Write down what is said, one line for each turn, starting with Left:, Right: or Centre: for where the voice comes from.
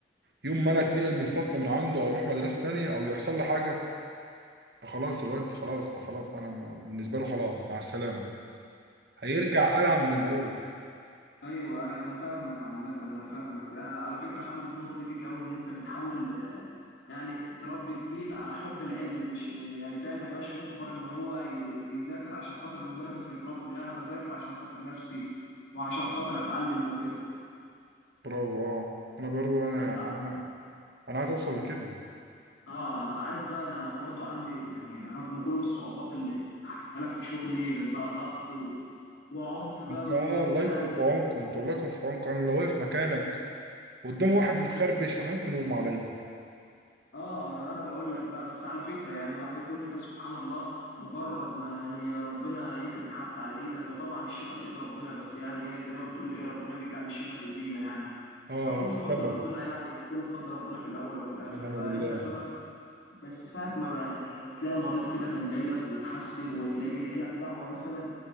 Right: يوم ما انا اتنقل من الفصل من عنده او اروح مدرسة تانية او يحصل لي حاجة خلاص الواد خلاص ما خلاص انا ما- بالنسبة له خلاص مع السلامة هيرجع ألعب من الاول
Left: ايوه انا فاهمك عامه انا فاهمك انا على فكره حابب النقطه دي فيك قوي ان انت بتحاول آه، يعني ت- تربي الجيل على حب العلم مش م- يعني فاهم ما يبقاش مجبر ان هو ي- بيذاكر عشان خاطر المدرس هيضربني لا انا بذاكر عشان خاطر نفسي وعشان خاطر اتعلم وكده
Right: برافو اه انا برضو انا
Left: انت
Right: يعني انا أنا عايز اوصل لكده
Left: اه انت عارف بقى انا انا برضو عندي يعني رغم كل الصعوبات اللي اللي حكيتها لك في شغلي من بقى ضغط و... وعنف بقى
Right: انت اه
Left: وان انت
Right: الله
Left: يعني
Right: يكون في عونكم انت الله يكون في عونكم انا لو واقف مكانك قدام واحد متخربش انا ممكن يغمى عليا
Left: اه ما انا بقول لك بقى بس على فكره يعني بعد كل ده سبحان الله مجرد ما يعني ربنا يكرم حد على ايدك وطبعا الشفاء بايد ربنا بس يعني ايه زي ما بتقول ايه ربنا بيجعل الشفاء في ايدينا يعني
Right: اه
Left: فكله
Right: السبب
Left: بفضل ربنا يعني كله بفضل ربنا في الاول وفي الاخر
Right: ونعم
Left: فانت
Right: بالله
Left: سبب بس ساعه ما بقى يعني تلاقي مريض كده كان جاي لك وتحسن وتلاقيه بيدعي لك دعوه مثلا